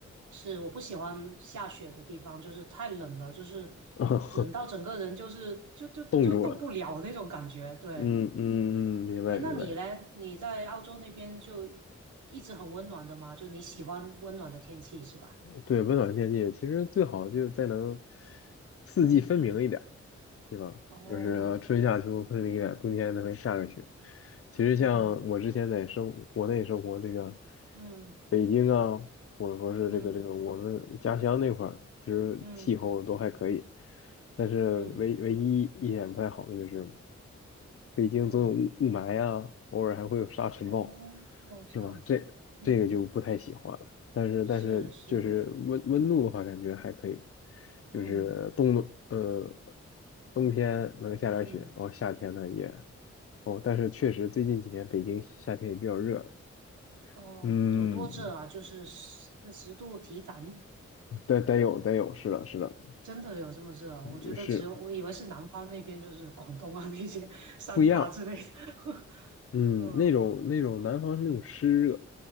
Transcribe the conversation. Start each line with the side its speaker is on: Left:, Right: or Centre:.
Right: 是，我不喜欢下雪的地方，就是太冷了，就是
Left: <laughs>
Right: 冷到整个人就是就就就动不了那种感觉。
Left: 冻住了。
Right: 对，
Left: 嗯嗯嗯，明白明白。
Right: 哎，那你嘞？你在澳洲那边就一直很温暖的吗？就你喜欢温暖的天气是吧？
Left: 对，温暖天气其实最好就再能四季分明一点儿
Right: 嗯，
Left: 对吧？
Right: 哦，
Left: 就是春夏秋冬分明一点儿冬天能下个雪。其实像我之前在生国内生活这个
Right: 嗯嗯
Left: 北京啊，或者说是这个这个我们家乡那块儿，
Right: 嗯
Left: 其实气候都还可以，
Right: 嗯
Left: 但是唯唯一一点不太好的就是
Right: 嗯
Left: 北京总有雾雾霾啊，
Right: 嗯，
Left: 偶尔还会有沙尘暴，
Right: 哦，
Left: 是吧？
Right: 这样子，
Left: 这这个就不太喜欢了。
Right: 嗯，
Left: 但是但是就是温温度的话，
Right: 是是，
Left: 感觉还可以，就是冬呃
Right: 嗯
Left: 冬天能下点雪，
Right: 嗯。
Left: 然后夏天呢也哦，但是确实最近几年北京夏天也比较热，
Right: 哦，
Left: 嗯，
Right: 有多热啊？就是四十度体感，
Left: 得得有得有，是的是的，
Right: <laughs> 真的有这么热啊我觉得只有我以为是南方那边，
Left: 嗯也是
Right: 就是广东啊 <laughs> 那些三亚之类的。
Left: 不一样，
Right: <laughs>
Left: 嗯，
Right: 嗯
Left: 那种那种南方是那种湿热，